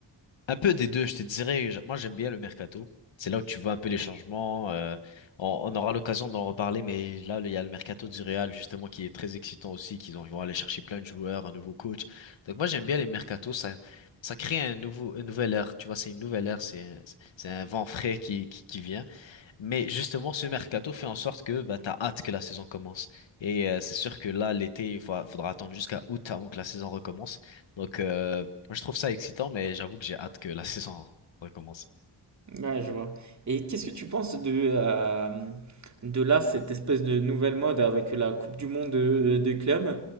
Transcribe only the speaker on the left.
Un peu des deux, je te dirais. je- Moi, j'aime bien le mercato. C'est là où tu vois un peu les changements. euh, on, on aura l'occasion d'en reparler, mais là, il y a le mercato du Real, justement, qui est très excitant aussi, qu'ils ont- ils vont aller chercher plein de joueurs, un nouveau coach. Donc moi, j'aime bien les mercatos. Ça, ça crée un nouveau, une nouvelle ère. Tu vois, c'est une nouvelle ère. C'est, c'est un vent frais qui, qui, qui vient. Mais justement, ce mercato fait en sorte que bah, t'as hâte que la saison commence. Et euh, c'est sûr que là, l'été, il fa- faudra attendre jusqu'à août avant que la saison recommence. Donc, euh, moi, je trouve ça excitant, mais j'avoue que j'ai hâte que la <laughs> saison recommence.